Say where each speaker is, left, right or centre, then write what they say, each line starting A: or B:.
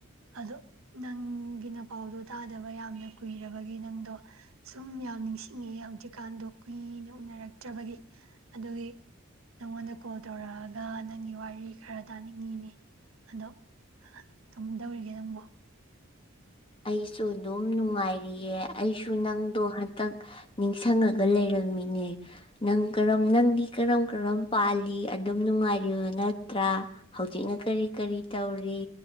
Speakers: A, on the right; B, on the left.
A: ꯑꯗꯣ ꯅꯪꯒꯤ ꯅ ꯄꯥꯎꯗꯣ ꯇꯥꯗꯕ ꯌꯥꯝꯅ ꯀꯨꯏꯔꯕꯒꯤ ꯅꯪꯗꯣ ꯁꯨꯝ ꯌꯥꯝ ꯅꯤꯡꯁꯤꯡꯉꯦ ꯍꯧꯖꯤꯛꯀꯥꯟꯗꯣ ꯀꯨꯏꯅ ꯎꯅꯔꯛꯇ꯭ꯔꯕꯒꯤ ꯑꯗꯨꯒꯤ ꯅꯪꯉꯣꯟꯗ ꯀꯣꯜ ꯇꯧꯔꯛꯑꯒ ꯅꯪꯒꯤ ꯋꯥꯔꯤ ꯈꯔ ꯇꯥꯅꯤꯡꯉꯤꯅꯦ ꯑꯗꯣ ꯀꯃꯥꯏ ꯇꯧꯔꯤꯒꯦ ꯅꯪꯕꯨ
B: ꯑꯩꯁꯨ ꯑꯗꯨꯝ ꯅꯨꯡꯉꯥꯏꯔꯤꯌꯦ ꯑꯩꯁꯨ ꯅꯪꯗꯣ ꯍꯟꯇꯛ ꯅꯤꯡꯁꯤꯡꯉꯒ ꯂꯩꯔꯝꯃꯤꯅꯦ ꯅꯪ ꯀꯔꯝ ꯅꯪꯗꯤ ꯀꯔꯝ ꯀꯔꯝ ꯄꯥꯜꯂꯤ ꯑꯗꯨꯝ ꯅꯨꯡꯉꯥꯏꯔꯤꯕ ꯅꯠꯇ꯭ꯔꯥ ꯍꯧꯖꯤꯛꯅ ꯀꯔꯤ ꯀꯔꯤ ꯇꯧꯔꯤ